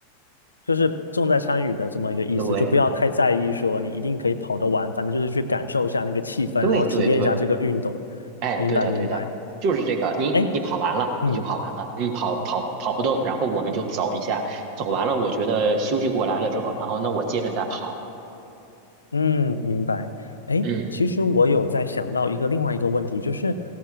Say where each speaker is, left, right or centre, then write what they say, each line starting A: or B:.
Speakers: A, on the left (about 75°); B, on the right (about 45°).
A: 就是重在参与的这么一个意思，
B: 对，
A: 就不要太在意说你一定可以跑得完，反正就是去感受一下那个气氛，
B: 对，
A: 然后体验一下这个运动。
B: 对，对，哎，
A: 明白明白，
B: 对的，对的，就是这个。你你跑完了，
A: 哎，嗯，
B: 你就跑完了，你跑跑跑不动，然后我们就走一下，走完了，我觉得休息过来了之后，然后那我接着再跑。
A: 嗯，明白。哎，
B: 嗯，
A: 其实我有在想到一个另外一个问题，就是